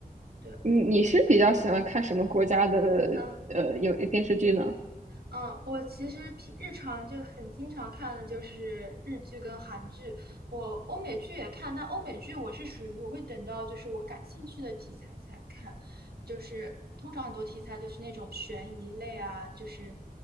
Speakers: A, on the right (about 90°); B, on the right (about 50°).
A: 对，
B: 你你是比较喜欢看什么国家的呃有电视剧呢？
A: 嗯。嗯，我其实平日常就很经常看的就是日剧跟韩剧，我欧美剧也看，但欧美剧我是属于我会等到就是我感兴趣的题材才看，就是通常很多题材都是那种悬疑类啊，就是